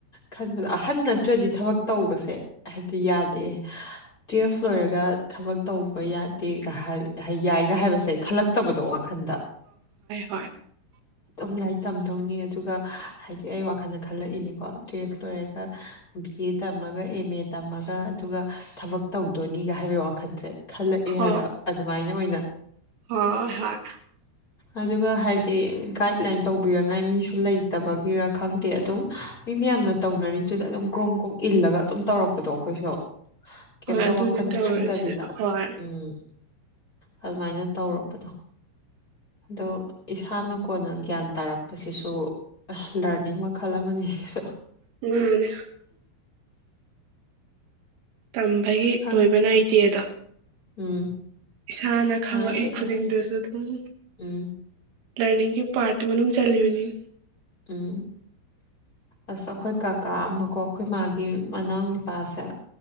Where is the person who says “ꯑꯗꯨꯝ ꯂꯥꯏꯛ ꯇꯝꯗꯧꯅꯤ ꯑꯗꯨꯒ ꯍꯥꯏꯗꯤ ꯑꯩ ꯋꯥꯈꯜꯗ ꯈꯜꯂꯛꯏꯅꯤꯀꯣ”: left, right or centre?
Left